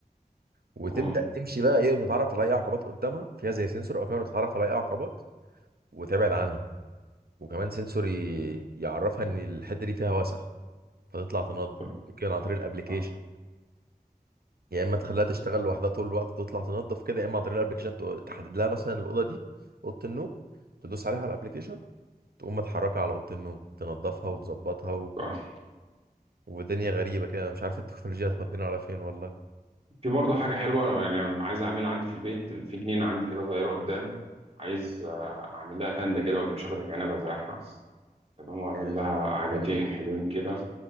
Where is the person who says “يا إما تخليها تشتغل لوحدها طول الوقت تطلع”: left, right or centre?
Right